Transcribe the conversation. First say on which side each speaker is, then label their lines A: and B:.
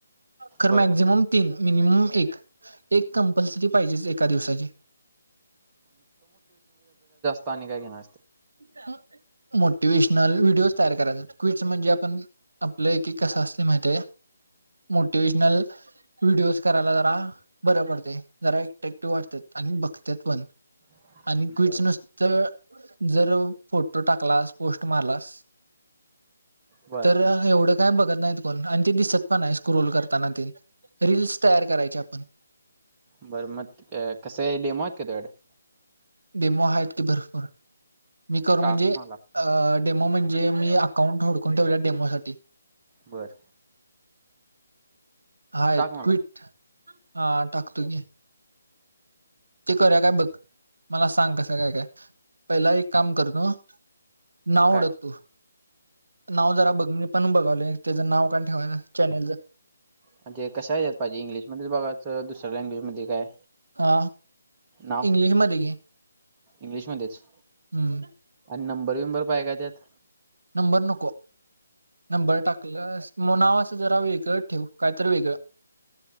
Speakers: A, on the right; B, on the right.
A: खर
B: बर
A: मॅक्झिमम तीन मिनिमम एक. एक कंपल्सरी पाहिजेच एका दिवसाची.
B: पाणी काय घेनार.
A: अ त मोटिवे्शनल व्हिडिओज तयार करायचात क्विट् म्हणजे आपण आपलं की कसं असते माहितेय. मोटिवेशनल व्हिडिओज करायला जरा बरं पडतय जरा एकटॅक्टिव्ह वाटतेत. आणि बघत्यात पण.
B: <inaudible>
A: आणि क्विच
B: बरं
A: नसत जर फोटो टाकलास पोस्ट मारलास
B: बर
A: तर एवढं काय बघत नाहीत कोण आणि ते दिसत पण आहे स्क्रोल करताना ते रिल्स तयार करायचे आपण.
B: बरं मत अ कस आहे. डेमो आहेत का तुयाकडं
A: डेमो आहेत की भरपूर मी करू
B: टाक
A: म्हणजे
B: मला
A: अ डेमो म्हणजे मी अकाउंट हू डकून ठेवलं डेमो साठी.
B: बरं.
A: हायेत
B: मला
A: क्विट हा टाकतो की. ते करू काय बघ मला सांग कसं काय काय पहिला एक काम करतो. नाव
B: काय
A: ओडखतो नाव जरा बघ पण बगायलोय. त्याचं नाव काण ठेवाय चॅनेलचं?
B: म्हणजे कस आहे यात पाहिजे इंग्लिशमध्येच बघाचं दुसऱ्या लँग्वेजमध्ये काय?
A: हा
B: नाव
A: इंग्लिशमध्ये गे.
B: इंग्लिशमध्येच.
A: हम्म.
B: अनं नंबर विंबर पाये काय त्यात?
A: नंबर नको नंबर टाकलंस मुणावा असं जरा वेगळं ठेवू कायतर वेगळं